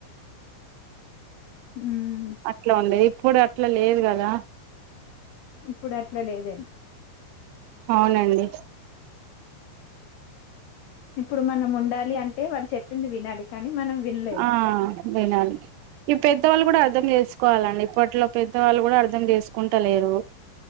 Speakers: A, on the left; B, on the right.
A: ఉమ్
B: అట్లా ఉండేది ఇప్పుడు అట్లా లేదు గదా
A: ఇప్పుడు అట్లా లేదండి
B: అవునండి
A: ఇప్పుడు మనం ఉండాలి అంటే వాళ్ళు చెప్పింది వినాలి కానీ మనం వినలేము
B: ఆ వినాలి ఈ పెద్దవాళ్ళు కూడా అర్థం చేసుకోవాలండి ఇప్పట్లో పెద్దవాళ్ళు కూడా అర్ధం చేసుకుంట లేరు